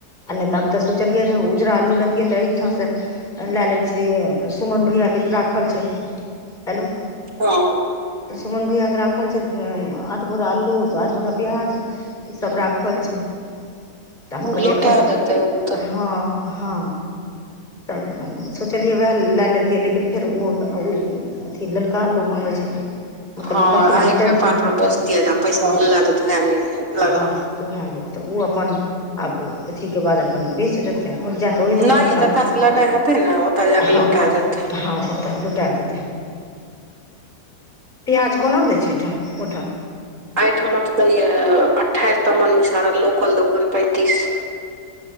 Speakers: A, on the left; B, on the right.
A: आ नहि तऽ हम तऽ सोचलै रहे उजरा अल्लू लेैतियै तऽ एहिठाम से लएलै छियै सुमन भैयाके राखल छै हेलो
B: हँ
A: सुमन भइया के राखल छै आठ बोरा अल्लू आठ बोरा प्याज ई सब राखल छै तऽ
B: ओ
A: हम कहलियै
B: लौटा
A: एखक
B: देतै ओ तऽ
A: हँ हँ तब हम सोचलियै वैह लए लेैतियै लेकिन फेर ओ ओ अथी ललका अल्लू माँगै छथिन हम
B: हँ
A: कहलियै कथी
B: आहि
A: लए हम
B: के
A: टेंशन
B: कपार पर बसतीय जे पैसा
A: हँ
B: अनला त तुहे ले लगा
A: हँ तऽ ओहे ले तऽ ओ अपन आब अथीके बाद अपन बेच देतै जाकऽ ओहि दोकान
B: नहि यै
A: वला
B: जतऽ
A: के
B: से लेनाइ हेतै ने ओतऽ जाके
A: हँ
B: लौटा देतै
A: हँ ओतऽ लूटे देत प्याज कोना दै छै अहिठाम ओहिठाम
B: एहिठमा तऽ दैय अठाइस तमन मिस लोकल दोकान पैंतीस